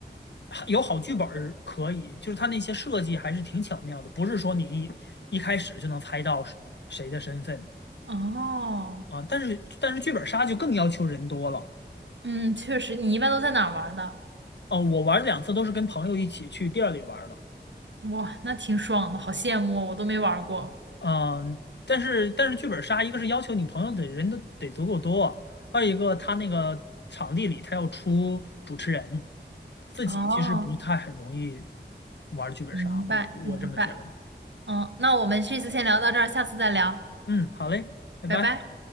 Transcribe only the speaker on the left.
还有好剧本儿可以，就是它那些设计还是挺巧妙的，不是说你一一开始就能猜到是谁的身份
啊，但是但是剧本杀就更要求人多了。
哦，我玩两次都是跟朋友一起去店儿里玩儿的。
嗯，但是但是剧本杀，一个是要求你朋友得人都得足够多，二一个他那个场地里他要出主持人，自己其实不太很容易
玩剧本杀，
我我这么觉得的。
嗯，好嘞，拜拜。